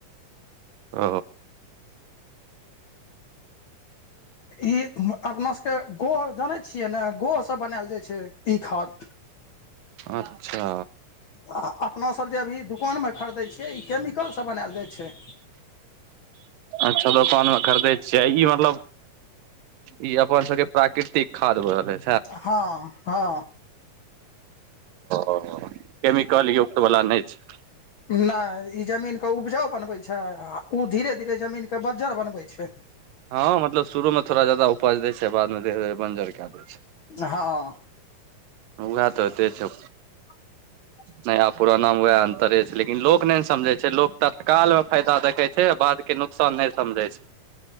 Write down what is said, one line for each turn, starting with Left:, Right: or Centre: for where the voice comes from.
Right: ओ
Left: ई अपना सबके गो जानै छियै ने गो सब बनायल जाइ छै ई खाद
Right: अच्छा
Left: आ अपनासभ जे अभी दुकानमे खरीदै छियै ई केमिकलसभ बनायल जाइ छै
Right: अच्छा दोकानमे खरीदै छियै ई मतलब ई अपन सबके प्राकृतिक खाद भऽ गेलेहे
Left: हँ हँ
Right: ओ केमिकल युक्त वाला नहि छै
Left: नहि ई जमीनक के उपजाउ बनबै छै आ ओ धीरे धीरे जमीन के बज्जर बनबै छै
Right: हँ मतलब शुरूमे थोड़ा जादा उपज दै छै बादमे धीरे धीरे बंजर कए दै छै
Left: हँ
Right: उगा तऽ त छै
Left: अ <inaudible>
Right: नया पुराना मे वएह अन्तरे छै लेकिन लोक नहि ने समझै छै लोक तत्काल मे फायदा देखै छै बाद के नौ सब नहि समझे छै